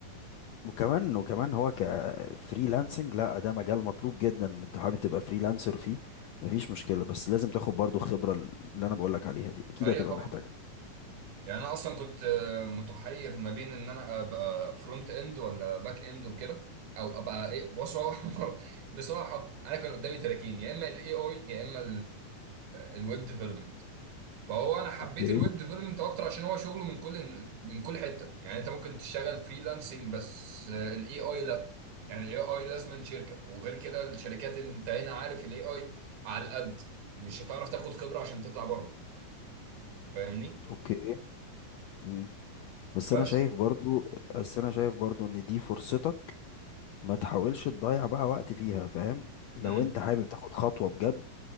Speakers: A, on the left; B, on the right.
A: وكمان وكمان هو كفريلانسنج لا ده مجال مطلوب جدا انت حابب تبقى فريلانسر فيه مفيش مشكلة بس لازم تاخد برضو خبرة اللي انا بقولك عليها دي اكيد
B: ايوه
A: هتبقى
B: طبعا
A: محتاجها
B: يعني انا اصلا كنت آه، متحير ما بين ان انا ابقى فرونت اند ولا باك اند وكده او ابقى ايه بصراحه <laughs> بصراحه انا كان قدامي 30 يا اما الاي اي يا اما الويب ديفلوبمنت فهو انا حبيت
A: اوكي
B: الويب ديفلوبمنت اكتر عشان هو شغله من كل من كل حته يعني انت ممكن تشتغل فريلانسنج بس الاي اي لا يعني الاي اي لازم شركه وغير كده الشركات انت هنا عارف الاي اي على القد مش هتعرف تاخد خبره عشان تطلع بره فاهمني
A: اوكي مم. بس
B: بس
A: انا شايف برضو بس انا شايف برضو ان دي فرصتك ما تحاولش تضيع بقى وقت فيها فاهم لو
B: امم
A: انت حابب تاخد خطوة بجد